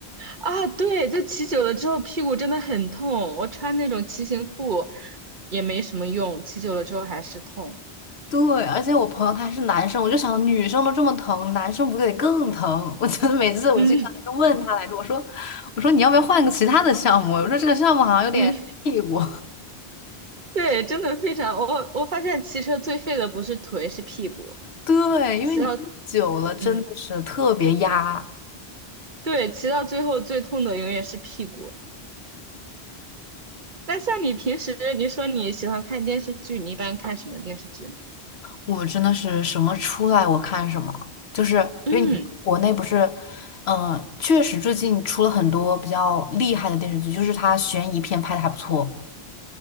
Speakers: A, on the right (about 50°); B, on the left (about 75°).
A: 啊，对，就骑久了之后屁股真的很痛，我穿那种骑行裤也没什么用，骑久了之后还是痛，
B: 对，而且我朋友他还是男生，我就想女生都这么疼，男生不得更疼？<laughs> 我真的每次我经常就问他来着，
A: 嗯
B: 我说我说你要不要换个其他的项目？我说这个项目好像有点屁股。
A: 嗯，对，真的非常，我我发现骑车最废的不是腿是屁股，
B: 对，因为你看久了真的是特别压，
A: 骑到。嗯。对，骑到最后最痛的永远是屁股。那像你平时你说你喜欢看电视剧，你一般看什么电视剧呢？
B: 我真的是什么出来我看什么，就是因为你国内不是，
A: 嗯，
B: 嗯、确实最近出了很多比较厉害的电视剧，就是它悬疑片拍的还不错。